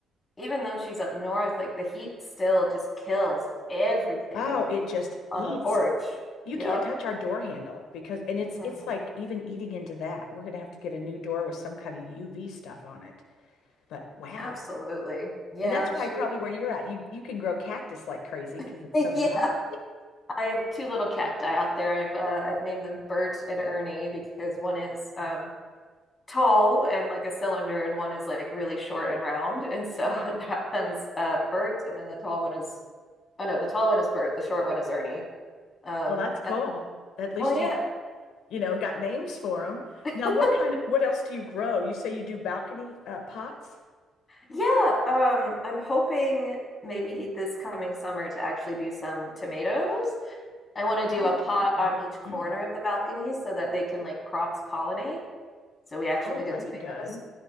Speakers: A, on the left; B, on the left.
A: even though she's up north, like the heat still just kills everything
B: Oh, it just
A: on
B: eats
A: the porch.
B: You
A: Yep.
B: can't touch our door handle because, and
A: hmm
B: it's it's like even eating into that. We're gonna have to get a new door with some kind of UV stuff on it. But wow.
A: Absolutely. Yeah,
B: And that's why
A: she
B: probably where you're at, you you can grow cactus like crazy because
A: <laughs>
B: it's
A: yeah.
B: so dry.
A: I have two little cacti out there. I've uh, I've named them Bert and Ernie because one is um tall and like a cylinder, and one is like really short and round. And so <laughs> that one's uh Bert, and then the tall one is oh no, the tall one is Bert, the short one is Ernie. Um,
B: Well, that's cool.
A: and
B: At least
A: well, yeah,
B: you you know got names for them.
A: <laughs>
B: Now, what kind what else do you grow? You say you do balcony uh, pots?
A: yeah. Um, I'm hoping maybe this coming summer to actually do some tomatoes. I want to do
B: Oh,
A: a pot on each corner
B: <clears throat>
A: of the balcony so that they can like cross pollinate. So we actually
B: Oh,
A: get
B: that'd
A: tomatoes.
B: be good.